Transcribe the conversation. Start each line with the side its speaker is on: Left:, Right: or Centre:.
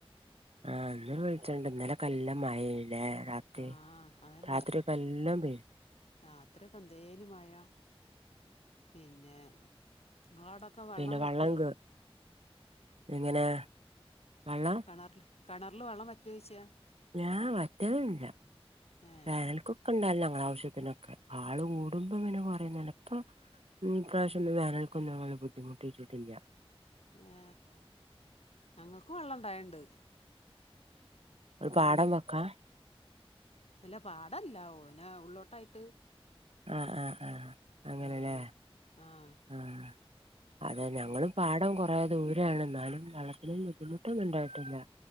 Right: ആ ഇന്ന് വെളിച്ചണ്ട് ഇന്നലെക്കെ നല്ല മഴ ലെ അല്ല രാത്രി.
Left: ആഹ് അതന്നെ
Right: രാത്രിയൊക്കെ നല്ലോം പെയ്
Left: രാത്രിയൊക്കെ എന്തെനിമഴ പിന്നെ നിങ്ങള അടൊക്കെ വെള്ളം
Right: പിന്നെ
Left: വറ്റോ.
Right: വള്ളം കേ എങ്ങനെ വള്ളം
Left: കിണറില് കിണറില് വെള്ളം വറ്റോയ്ച്ചാ.
Right: ഞാൻ വറ്റലൊന്നില്ല
Left: ഏഹ്
Right: വേനൽക്കൊക്കെ ഇണ്ടല്ലോ ആവശ്യത്തിനൊക്കെ ആള് കൂടുമ്പങ്ങനെ പറയും ങ്ങനെ ഇപ്പോ ഉം ഈ പ്രാവശ്യന്നും വേനൽക്കൊന്നും ബുദ്ധിമുട്ടിട്ടില്ല.
Left: ഏ ഞങ്ങൾക്ക് വെള്ളം ഇണ്ടായണ്ട്.
Right: ഒരു
Left: ഉം
Right: പാടം വക്കാ.
Left: ഇല്ല പാടല്ല ഓനെ ഉള്ളോട്ടായിട്ട്.
Right: ആഹ് ആഹ ആഹ് അങ്ങനെല്ലേ
Left: ആഹ് ആഹ്
Right: ആഹ് അതെ ഞങ്ങളും
Left: പി
Right: പാഠം കൊറേ ദൂരാണ് എന്നാലും വള്ളത്തിനും ബുദ്ധിമുട്ടൊന്നും ഉണ്ടായിട്ടില്ല